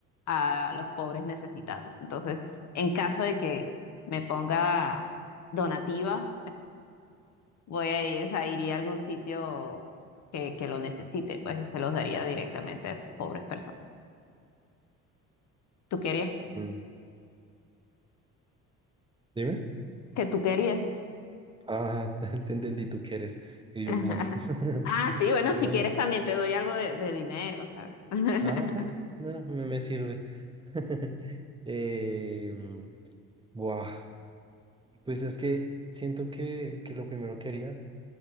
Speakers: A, on the left; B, on the right.
A: a los pobres necesitados. Entonces, en caso de que me ponga donativa, voy a ir, o sea, iría a algún sitio que, que lo necesite, pues y se los daría directamente a esas pobres personas. ¿Tú querías?
B: Mm. Dime.
A: ¿Qué tú querías?
B: Ah, <laughs> te, entendí, tú quieres Y
A: <laughs>
B: yo, como así? <laughs>
A: Ah, sí, bueno,
B: No.
A: si quieres también te doy algo de, de dinero, ¿sabes? <laughs>
B: Ah, bueno, bueno, me, me sirve. <laughs> Eh, Buah, pues es que siento que, que lo primero que haría,